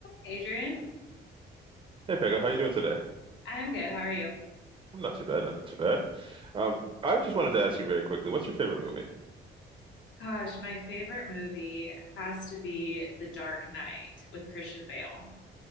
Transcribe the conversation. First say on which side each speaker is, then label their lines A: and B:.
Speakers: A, on the left (about 75°); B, on the right (about 25°).
A: Adrian,
B: Hey Pega, how you doing today?
A: I'm good. How are you?
B: I'm not too bad, not too bad. Um, I just wanted to ask you very quickly, what's your favorite movie?
A: Gosh, my favorite movie has to be The Dark Knight with Christian Bale.